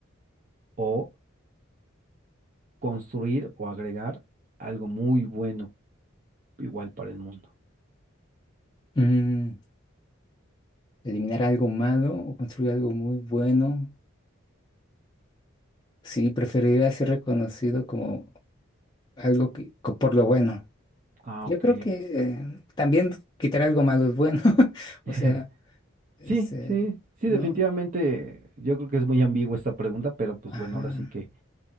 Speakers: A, on the right (about 40°); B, on the left (about 20°).
A: o construir o agregar algo muy bueno igual para el mundo?
B: ujú. eliminar algo malo o construir algo muy bueno. Sí, preferiría ser reconocido como algo que, co- por lo bueno.
A: Ah,
B: Yo
A: ok.
B: creo que eh, también quitar algo malo es bueno. <laughs>
A: <laughs>
B: O sea, este,
A: Sí, sí, sí,
B: no,
A: definitivamente yo creo que es muy ambigua esta pregunta, pero pues
B: ajá.
A: bueno, ahora sí que